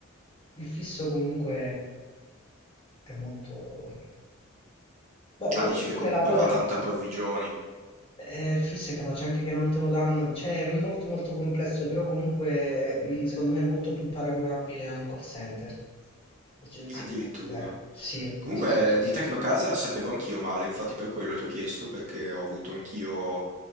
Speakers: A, on the left; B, on the right.
A: il fisso comunque è molto... Boh,
B: Ah, dici
A: io
B: che
A: come
B: comunque
A: lavoro,
B: va tanto a provvigioni,
A: eh, il fisso è capace anche che non te lo danno, cioè è molto molto complesso, però comunque mm, secondo me è molto più paragonabile a un call center, agenzia
B: addirittura.
A: immobiliare. Sì,
B: Comunque
A: sì, sì, sì,
B: eh, di
A: sì.
B: Tecnocasa sapevo anch'io male, infatti per quello ti ho chiesto, perché ho avuto anch'io